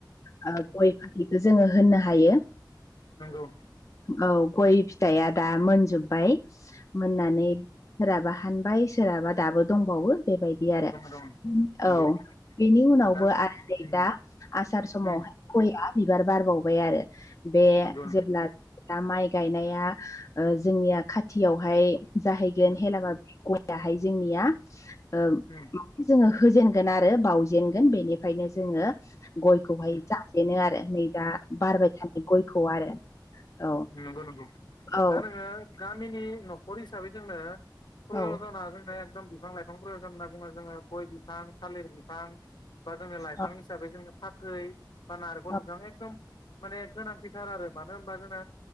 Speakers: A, on the left; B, on the left.
A: गय फाथिखौ जोङो होननो हायो।
B: नंगौ।
A: औ गय फिथाइया दा मोनजोब्बाय मोननानै सोरहाबा हानबाय सोरहाबा दाबो दंबावो बेबायदि आरो
B: नंगौ दङ नंगौ
A: औ बेनि उनावबो
B: दा जों
A: आरो नै
B: उम
A: दा आसार समाव
B: उम
A: गयआ बिबार बारबावबाय आरो बे
B: नंगौ नंगौ
A: जेब्ला दा माइ गायनाया जोंनिया खाथियावहाय जाहैगोन
B: उम
A: हेलाबा बेहाय जोंनिया ओ
B: औ
A: जोङो होजेनगोन आरो बाउजेनगोन बेनिफ्रायनो जोङो गयखौहाय
B: उम
A: जाजेनो आरो नै दा बारबाय थानाय गयखौ आरो। औ
B: नंगौ नंगौ
A: औ
B: दा नोङो गामिनि न'खर हिसाबै जोंनो प्रयजना
A: औ
B: जोंनो एकदम बिफां लाइ संग्रयजन होनना बुङो जोङो गय बिफां थालिर बिफां बा जों लाइफां
A: औ
B: हिसाबै जों फाथै बा नारेंखल
A: औ
B: बिफां एकदम माने गोनांथिथार आरो मानो होनबा जोंना